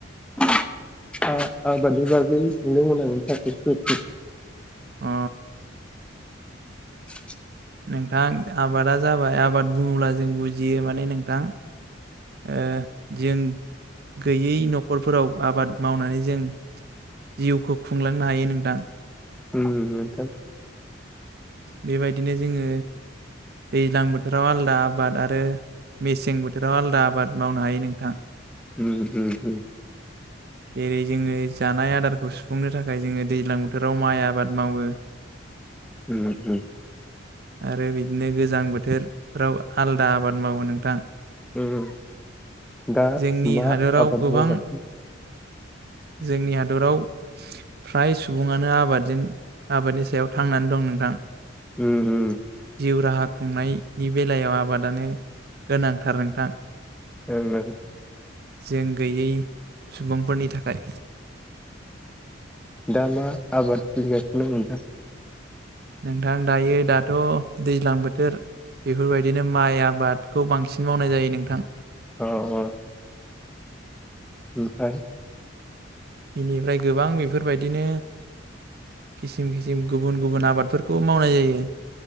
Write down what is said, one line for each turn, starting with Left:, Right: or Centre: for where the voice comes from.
Centre: <inaudible> आ-आबादनि बागै सोंदोंमोन आं <unintelligible>
Right: अ
Centre: <inaudible>
Right: नोंथां आबादा जाबाय आबाद बुङोब्ला जों बुजियो माने नोंथां ओ जों गैयै न'खरफोराव आबाद मावनानै जों जिउखौ खुंलांनो हायो नोंथां
Centre: उ नोंथां
Right: बेबायदिनो जोङो दैज्लां बोथोराव आलदा आबाद आरो मेसें बोथोराव आलदा आबाद मावनो हायो नोंथां
Centre: उ उ उ
Right: जेरै जोङो जानाय आदारखौ सुफुंनो थाखाय जोङो दैज्लां बोथोराव माइ आबाद मावो।
Centre: उ उ
Right: आरो बिदिनो गोजां बोथोरफ्राव आलदा आबाद मावो नोंथां
Centre: उम दा
Right: जोंनि
Centre: मा
Right: हादोराव
Centre: आबाद
Right: गोबां
Centre: मावगासिनो <inaudible>
Right: जोंनि हादराव फ्राय सुबुङानो आबादजों आबादनि सायाव थांनानै दं नोंथां।
Centre: उ उ
Right: जिउ राहा खुंनायनि बेलायाव आबादानो गोनांथार नोंथां
Centre: <unintelligible>
Right: जों गैयै सुबुंफोरनि थाखाय
Centre: दा मा आबाद सोलिगासिनो नोंथां?
Right: नोंथां दायो दाथ' दैज्लां बोथोर बेफोरबायदिनो माइ आबादखौ बांसिन मावनाय जायो नोंथां
Centre: अ अ ओमफाय
Right: बिनिफ्राय गोबां बेफोरबायदिनो खिसिम खिसिम गुबुन गुबुन आबादफोरखौ मावनाय जायो